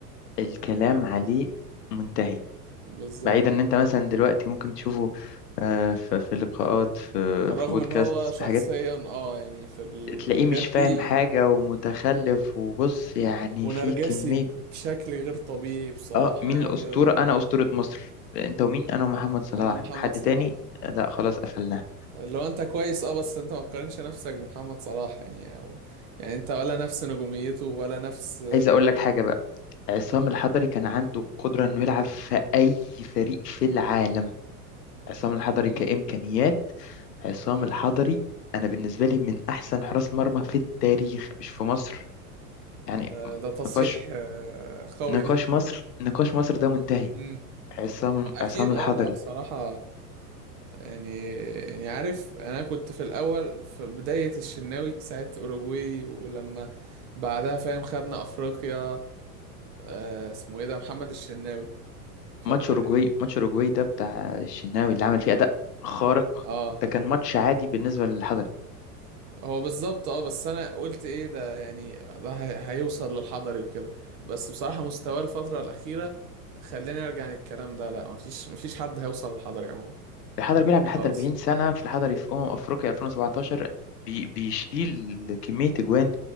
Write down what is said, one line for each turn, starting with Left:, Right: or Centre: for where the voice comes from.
Left: الكلام عليه منتهي
Right: <laughs> بالظبط
Left: بعيدا ان انت مثلا دلوقتي ممكن تشوفه آه، في في لقاءات في
Right: رغم
Left: في بودكاست
Right: ان هو شخصيا
Left: في حاجات
Right: اه يعني في الحاجات
Left: تلاقيه مش
Right: دي
Left: فاهم حاجة ومتخلف وبص يعني
Right: ونرجسي
Left: في كمية
Right: بشكل غير طبيعي بصراحة
Left: اه مين
Right: يقعد
Left: الأسطورة
Right: يقول لك
Left: انا أسطورة مصر انت
Right: آه،
Left: ومين انا ومحمد صلاح
Right: انا محمد
Left: حد
Right: صلاح
Left: تاني لا خلاص قفلناه
Right: لو انت كويس اه بس انت ما تقارنش نفسك بمحمد صلاح يعني أو يعني انت ولا نفس نجوميته ولا نفس
Left: عايز اقول لك حاجة بقى، عصام
Right: مم.
Left: الحضري كان عنده القدرة إنه يلعب في أي فريق في العالم عصام الحضري
Right: مم.
Left: كإمكانيات عصام الحضري أنا بالنسبة لي من أحسن حراس مرمى في التاريخ مش في مصر يعني
Right: ده, ده تصريح
Left: نقاش
Right: آه، قوي
Left: نقاش
Right: ده
Left: مصر نقاش مصر ده منتهي
Right: مم.
Left: عصام
Right: ما اكيد
Left: عصام الحضري
Right: اه لا بصراحة يعني يعني عارف انا كنت في الاول في بداية الشناوي ساعة اوروجواي ولما بعدها فاهم خدنا افريقيا آه اسمه ايه ده محمد الشناوي فابتدي
Left: ماتش أوروجواي ماتش أوروجواي ده بتاع الشناوي اللي عمل فيه أداء خارق
Right: اه
Left: ده كان
Right: لما
Left: ماتش عادي بالنسبة للحضري
Right: هو بالظبط اه بس انا قلت ايه ده يعني ده هي- هيوصل للحضري وكده بس بصراحة مستواه الفترة الأخيرة خلاني ارجع عن الكلام ده لا مفيش مفيش حد هيوصل للحضري عموما
Left: الحضري بيلعب لحد
Right: خالص
Left: 40 سنة في الحضري في أمم أفريقيا 2017 بي- بيشيل كمية أجوان